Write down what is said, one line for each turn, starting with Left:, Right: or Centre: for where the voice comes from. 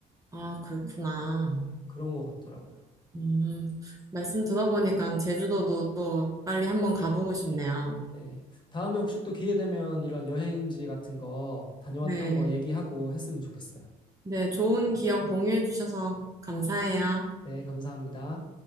Right: 아, 그렇구나.
Left: 그런 것 같더라고요.
Right: 음, 말씀 들어보니까 제주도도 또 빨리 한번 가보고 싶네요.
Left: 네. 네. 다음에 혹시 또 기회 되면 이런 여행지 같은 거 다녀왔던
Right: 네.
Left: 거 얘기하고 했으면 좋겠어요.
Right: 네, 좋은 기억 공유해 주셔서 감사해요.
Left: 네, 감사합니다.